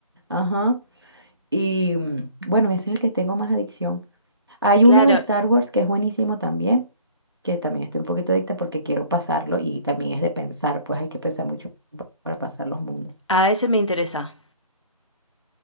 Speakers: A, on the right; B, on the left.
A: Ajá. Y mm, bueno, ese es el que tengo más adicción. Hay
B: Claro,
A: uno de Star Wars que es buenísimo también, que también estoy un poquito adicta porque quiero pasarlo y también es de pensar, pues hay que pensar mucho para pasar los mundos.
B: a ese me interesa.